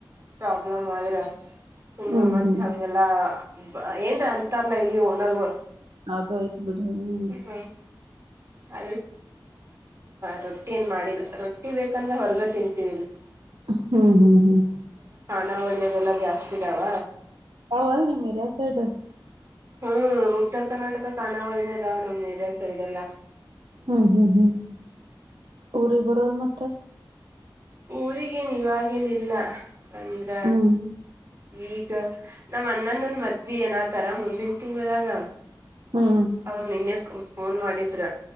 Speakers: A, on the right; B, on the right.
A: ಪ್ರಾಬ್ಲಮ್ ಆದ್ರ ಸುಮ್ನೆ
B: ಹ್ಮ್
A: ಮತ್ತ್
B: ಹ್ಮ್
A: ಹಂಗೆಲ್ಲ ಬ ಏನ್ರ ಅಂತಾರಲ್ಲ ಇಲ್ಲಿ ಹೋ ಓನರ್ಗೊಳ್
B: ಅದು ಐತ್ ಬಿಡು ಹ್ಮ್
A: <inaudible> ಹ ರೊಟ್ಟಿ ಏನ್ ಮಾಡಿಲ್ಲ ರೊಟ್ಟಿ ಬೇಕಂದ್ರ ಹೊರಗ ತಿಂತೀವಿ ಇಲ್ಲಿ
B: ಹ್ಮ ಹ್ಮ್ ಹ್ಮ್
A: ನಾವಳಿ ಅದೆಲ್ಲಾ ಜಾಸ್ತಿ ಇದಾವ
B: ಾವಲ್ ನೀ ಮೇರ ಸೈಡು
A: ಹ್ಮ್ ಉತ್ತರ ಕರ್ನಾಟಕ ಕಾಣಾವಳಿನದಾವ್ ನಮ್ ಏರಿಯ ಸೈದೆಲ್ಲ
B: ಹ್ಮ್ ಹ್ಮ್ ಹ್ಮ್ ಊರಿಗೆ ಬರೋದು ಮತ್ತೆ
A: ಊರಿಗೆ ಇವಾಗ್ ಎನಿಲ್ಲ ಅಂದ್ರ
B: ಹ್ಮ್
A: ಈಗ ನಮ್ಮ್ ಅಣ್ಣನೊಂದ ಮದ್ಬಿ ಏನತಾರ ಮುಂದಿನ ತಿಂಗಳಾಗ
B: ಹ್ಮ್
A: ಅವ್ರ ನಿನ್ನೆ ಕಂ ಫೋನ್ ಮಾಡಿದ್ರ